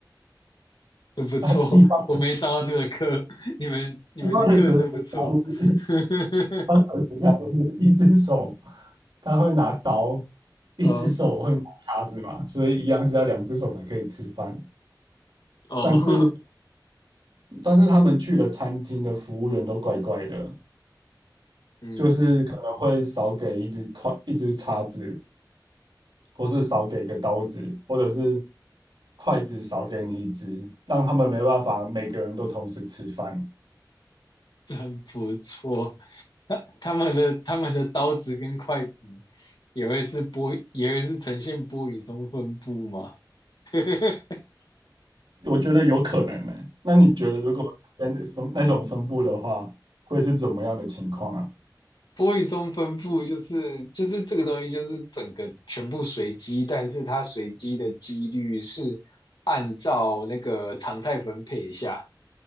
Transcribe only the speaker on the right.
啊，西方
西方的哲学家就是，
西方哲学家就是一只手他会拿刀，一只手会拿叉子嘛，
所以一样是要两只手才可以吃饭。
但是但是他们去的餐厅的服务员都怪怪的，
就是可能会少给一只筷一只叉子，或是少给一个刀子，或者是筷子少给你一只，让他们没办法每个人都同时吃饭。
我觉得有可能呢、那你觉得如果真的分那种分布的话，会是怎么样的情况啊？